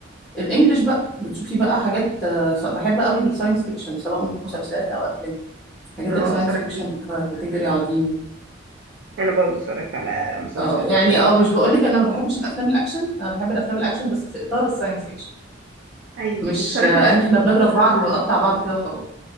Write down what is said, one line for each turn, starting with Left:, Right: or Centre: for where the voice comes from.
Centre: الانجليش بقى بتشوفي بقى حاجات آه، س- بحب قوي الساينس فيكشن سواء مسلسلات او افلام حاجات
Right: اه
Centre: الساينس
Right: اتفرجتي
Centre: فيكشن كاتيجوري عظيم
Right: انا برضو اتفرجت على مسلسلات
Centre: اه يعني اه مش بقول لك انا ما بحبش الافلام الاكشن انا بحب الافلام الاكشن بس في اطار الساينس فيكشن
Right: ايوه
Centre: مش
Right: واتفرجتي
Centre: آه،
Right: بقى
Centre: ان احنا بنضرب بعض ونقطع بعض كده وخلاص